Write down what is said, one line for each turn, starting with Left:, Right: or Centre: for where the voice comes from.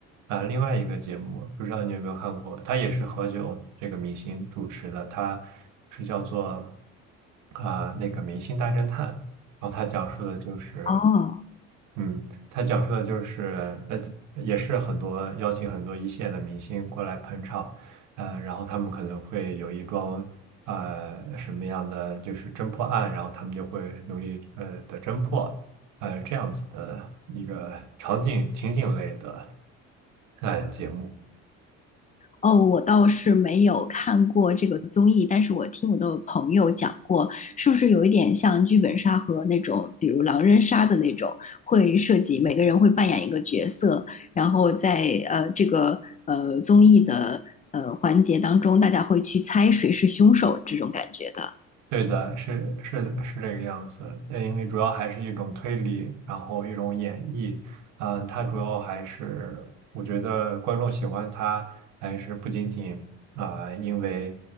Right: 啊、呃另外一个节目，不知道你有没有看过，它也是何炅这个明星主持的，它是叫做啊、呃那个《明星大侦探》，然后它讲述的就是
Left: 哦。
Right: 嗯，他讲述的就是，呃，也是很多邀请很多一线的明星过来捧场，呃，然后他们可能会有一桩，呃，什么样的就是侦破案，然后他们就会努力呃的侦破，呃，这样子的一个场景情景类的，呃，节目。
Left: 哦，我倒是没有看过这个综艺，但是我听我的朋友讲过，是不是有一点像剧本杀和那种，比如狼人杀的那种，会涉及每个人会扮演一个角色，然后在呃这个呃综艺的呃环节当中，大家会去猜谁是凶手这种感觉的。
Right: 对的，是是的是这个样子，呃，因为主要还是一种推理，然后一种演绎，嗯、它主要还是我觉得观众喜欢它，还是不仅仅啊、因为